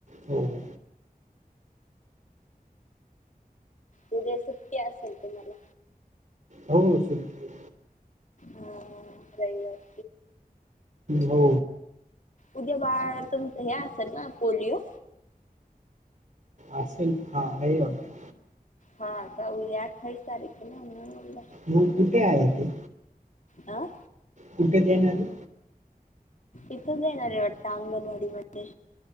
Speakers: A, on the right (about 50°); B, on the left (about 55°).
A: हो
B: उद्या सुट्टी असेल तुम्हाला
A: हो सुट्टी
B: हा ह जाईल.
A: हो
B: उद्या बाळ तुमच हे असेल ना पोलिओ
A: असेल हा आहे वाटत.
B: हा का आठावीस तारीख आहे ना.
A: मग कुठे आहे ते.
B: आह
A: कुठं देणार हाय.
B: इथंच येणार आहे वाटत अंगणवाडी मध्ये,